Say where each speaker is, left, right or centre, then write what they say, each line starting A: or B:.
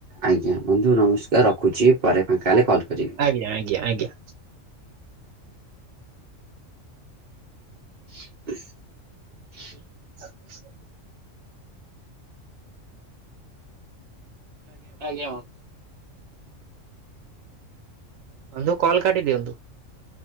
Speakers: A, on the right; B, on the right.
A: ଆଜ୍ଞା ବନ୍ଧୁ ନମସ୍କାର ରଖୁଛି ପରେ ଫାଙ୍କାହେଲେ କଲ୍ କରିବି।
B: ଆଜ୍ଞା ଆଜ୍ଞା ଆଜ୍ଞା।
A: <inaudible>
B: <unintelligible>
A: ଆଜ୍ଞା ବ
B: ବନ୍ଧୁ କଲ୍ କାଟିଦିଅନ୍ତୁ।